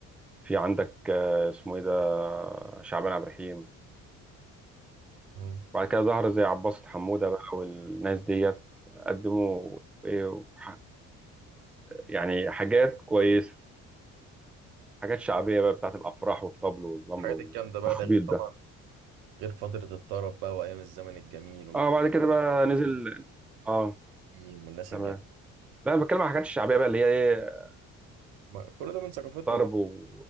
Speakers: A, in the centre; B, on the right.
A: في عندك آه، اسمه إيه ده آه، شعبان عبد الرحيم
B: مم.
A: وبعد كده ظهر زي عباسة حمودة بقى والناس ديت قدموا إيه ح- يعني حاجات كويسة حاجات شعبية بقى بتاعت الأفراح والطبل والزمر
B: الحاجات
A: والتخبيط
B: الجامدة بقى ده غير
A: ده
B: طبعا غير فترة الطرب بقى وأيام الزمن الجميل وأم
A: اه
B: كلثوم
A: بعد كده بقى نزل اه
B: والناس
A: تمام
B: الجميلة
A: لا انا بتكلم عن الحاجات الشعبيه بقى اللي هي ايه
B: ما- كل ده من ثقافتنا
A: ضرب
B: برضه
A: و-